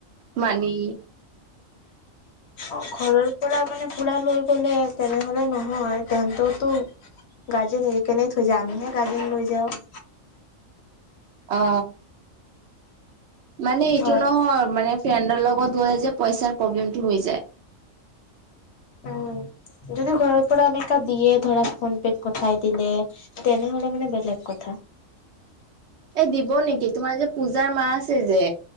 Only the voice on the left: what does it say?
অ ঘৰৰ পৰা মানে পুৰা লৈ গ'লে তেনেহলে নহয় তেহনততো গাৰ্জেন এৰি কেনে থৈ যায় আমিহে গাৰ্জেন লৈ যাওঁ
ঘৰত
উম যদি ঘৰৰ পৰা এনেকা দিয়ে ধৰা ফোন পেত পথাই দিলে তেনেহলে মানে বেলেগ কথা।